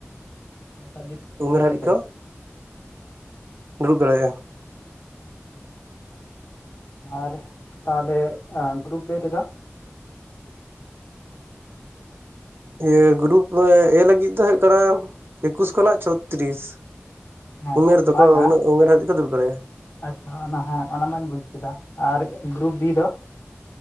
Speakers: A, on the left (about 70°); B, on the right (about 55°).
A: ᱯᱚᱸᱭᱛᱟᱞᱞᱤᱥ
B: ᱩᱢᱮᱨ
A: ᱵᱚᱪᱷᱚᱨ
B: ᱦᱟᱹᱨᱤᱡ
A: ᱫᱷᱟᱨᱤᱡ᱾
B: ᱠᱚ
A: ᱟᱪᱪᱷᱟ᱾
B: ᱫᱩᱲᱩᱵ ᱫᱟᱲᱮᱭᱟᱜ-ᱟ᱾
A: ᱟᱨ ᱛᱟᱦᱞᱮ ᱜᱨᱩᱯ ᱵᱮ ᱨᱮᱫᱚ?
B: ᱤᱭᱟᱹ ᱜᱨᱩᱯ ᱮ ᱞᱟᱹᱜᱤᱫ ᱫᱚ ᱦᱩᱭᱩᱜ ᱠᱟᱱᱟ᱾ ᱮᱠᱩᱥ ᱠᱷᱚᱱᱟᱜ ᱪᱷᱚᱛᱛᱨᱤᱥ
A: ᱦᱮᱸ
B: ᱩᱢᱮᱨ ᱫᱚᱠᱚ,
A: ᱵᱟᱝᱼᱟ
B: ᱩᱱᱟᱹᱜ ᱩᱢᱮᱨ ᱦᱟᱨᱤᱡ ᱫᱚᱠᱚ ᱫᱩᱲᱩᱵ ᱫᱟᱲᱮᱭᱟᱜ-ᱟ᱾
A: ᱟᱪᱪᱷᱟ ᱚᱱᱟ ᱦᱮᱸ ᱚᱱᱟ ᱢᱟᱧ ᱵᱩᱡ ᱠᱮᱫᱟ ᱟᱨ ᱜᱨᱩᱯ ᱵᱤ ᱫᱚ?